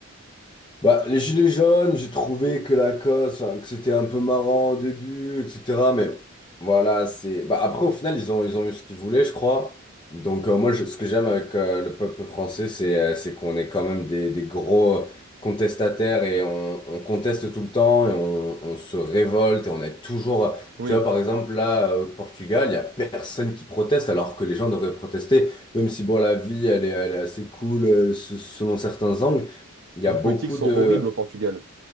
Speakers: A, on the left; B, on the right.
A: Bah, les gilets jaunes, j'ai trouvé que la cause, enfin, que c'était un peu marrant au début, etc. Mais voilà, c'est. Bah, après, au final, ils ont, ils ont eu ce qu'ils voulaient, je crois. Donc, euh, moi, je- ce que j'aime avec euh, le peuple français, c'est euh, c'est qu'on est quand même des, des gros euh, contestataires et on, on conteste tout le temps et on, on se révolte et on est toujours.
B: Oui,
A: Tu vois, par exemple, là, euh, au Portugal, il y a personne qui proteste alors que les gens devraient protester, même si, bon, la vie, elle est, elle est assez cool euh, se- selon certains angles. Il y
B: les
A: a beaucoup
B: politiques sont
A: de...
B: horribles au Portugal.